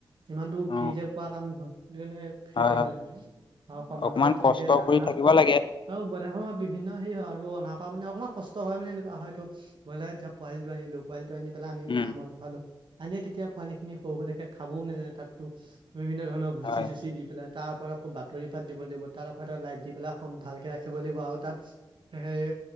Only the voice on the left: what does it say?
অ
হয় হয়
অকমান
কষ্ট
কৰি থাকিব লাগে।
উম,
হয়,